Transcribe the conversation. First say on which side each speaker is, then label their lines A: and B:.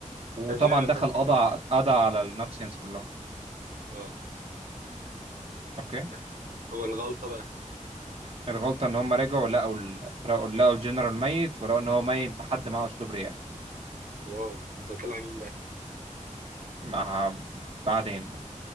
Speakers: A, on the right; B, on the right.
A: وطبعا
B: فالجنرال
A: دخل
B: ده اتقتل
A: قضى قضى على النوكسيانز كلهم
B: اه
A: اوكي
B: ف- والغلطة بقى
A: الغلطه ان هم رجعوا لقوا ال... لقوا لقوا الجنرال ميت ولقوا ان هو ميت بحد معاه اسلوب رياح
B: واو ده طلع مين بقى؟
A: مع بعدين